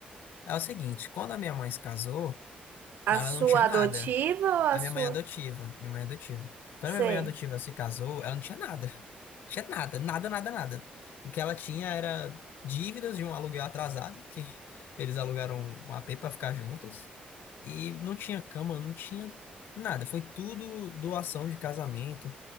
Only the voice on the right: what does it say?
A
sua
adotiva
ou a
sua?
Sei.